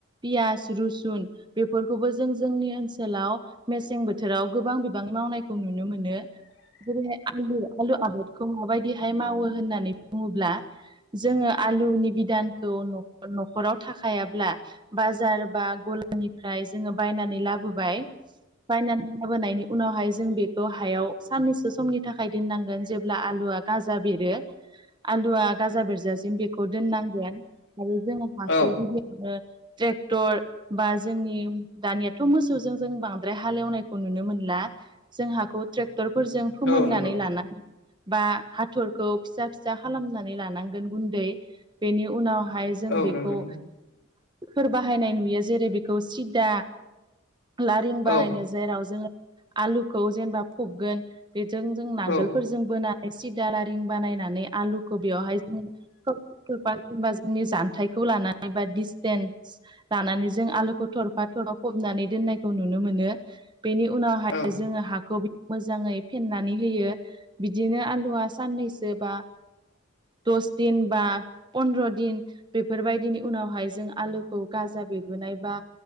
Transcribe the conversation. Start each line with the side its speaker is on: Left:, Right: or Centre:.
Right: पियास रुसुन बेफोरखौबो जों जोंनि ओनसोलाव मेसें बोथोराव गोबां बिबां मावनायखौ नुनो मोनो जेरैहाय आलु आलु आबादखौ माबायदिहाय मावो होननानै बुङोब्ला जोङो आलुनि बिदानखौ न' न'खराव थाखायाब्ला बाजार बा गलानिफ्राय जोङो बायनानै लाबोबाय बायनानै लाबोनायनि उनावहाय जों बेखौ हायाव साननैसो समनि थाखाय दोननांगोन जेब्ला आलुआ गाजा बेरो आलुआ गाजा बेरजासिम बेखौ दोननांगोन आरो जोंहा हाखौ
Left: औ
Right: गिबियावनो ट्रेक्टर बा जोंनि दानियाथ' मोसौजों जों बांद्राय हालेवनायखौ नुनो मोनला जोंहाखौ ट्रेक्टरफोरजों फोमोननानै
Left: औ नंगौ
Right: लाना बा हाथरखौ फिसा फिसा खालामनानै लानांगोन गुन्दै बेनि उनावहाय जों
Left: औ
Right: बेखौ
Left: नंगौ नंगौ
Right: फोर बाहायनाय नुयो जेरै बेखौ सिदा लारिं बानायनो
Left: औ
Right: जेराव जोङो आलुखौ जेनेबा फबगोन बेजों जों नांगोलफोरजों
Left: औ
Right: बोनानै सिदा लारिं बानायनानै आलुखौ बेवहाय जों <unintelligible> जेनेबा जोंनि जानथायखौ लानानै बा दिसटेन्स लानानै जों आलुखौ थरफा थरफा फबनानै दोननायखौ नुनो मोनो बेनि उनावहाय
Left: औ
Right: जोङो हाखौ मोजाङै फेन्नानै होयो बिदिनो आलुआ साननैसो बा दस दिन बा फन्द्र' दिन बेफोरबायदिनि उनावहाय जों आलुखौ गाजा बेरबोनाय बा